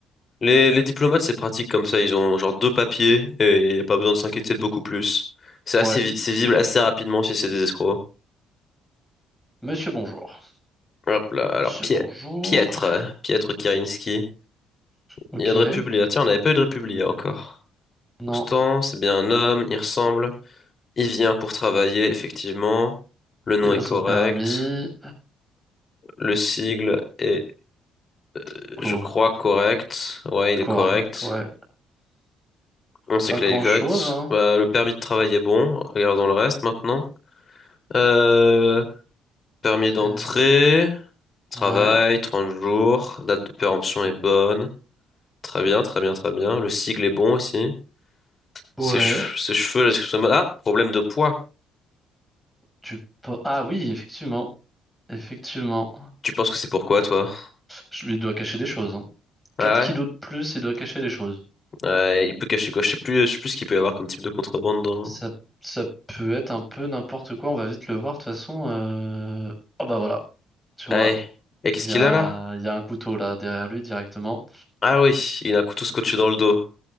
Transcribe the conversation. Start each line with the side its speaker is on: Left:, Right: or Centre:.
Left: Les, les diplomates, c'est pratique comme ça. Ils ont genre deux papiers et y a pas besoin de s'inquiéter de beaucoup plus. C'est
Centre: Ouais,
Left: assez, vi- c'est visible assez rapidement si c'est des escrocs.
Centre: monsieur bonjour.
Left: Hop là, alors
Centre: Monsieur
Left: Pie-
Centre: bonjour.
Left: Pietre, euh, Pietre Kirinski.
Centre: Ok,
Left: Il y a de Republia. Tiens, on n'avait pas eu de Republia encore.
Centre: non,
Left: Constant, c'est bien un homme, il ressemble. Il vient pour travailler, effectivement. Le nom
Centre: il
Left: est
Centre: a son
Left: correct.
Centre: permis.
Left: Le sigle est, euh, je
Centre: Hop,
Left: crois, correct. Ouais, il
Centre: Correct,
Left: est correct.
Centre: ouais.
Left: On sait
Centre: Pas
Left: que
Centre: grand-chose,
Left: là, il est correct.
Centre: hein.
Left: Bah, le permis de travail est bon. Regardons le reste maintenant. Euh, Permis d'entrée,
Centre: Euh,
Left: travail,
Centre: ouais.
Left: 30 jours, date de péremption est bonne. Très bien, très bien, très bien. Le sigle est bon aussi. Ses,
Centre: Ouais.
Left: chev- ses cheveux, la description... de mode- Ah, problème de poids.
Centre: Tu peux... Ah oui, effectivement. Effectivement.
Left: Tu penses que c'est pourquoi, toi?
Centre: Je lui dois cacher des choses, hein.
Left: Ah
Centre: 4 kilos
Left: ouais?
Centre: de plus, il doit cacher des choses.
Left: Euh, il peut cacher quoi? Je sais plus, je sais plus ce qu'il peut y avoir comme type de contrebande dans...
Centre: Ça,
Left: le...
Centre: ça peut être un peu n'importe quoi, on va vite le voir, de toute façon. euh, Oh bah voilà. Tu vois,
Left: Eh, Et qu'est-ce
Centre: il y
Left: qu'il
Centre: a,
Left: a là?
Centre: il y a un couteau là derrière lui directement.
Left: Ah oui, il a un couteau scotché dans le dos.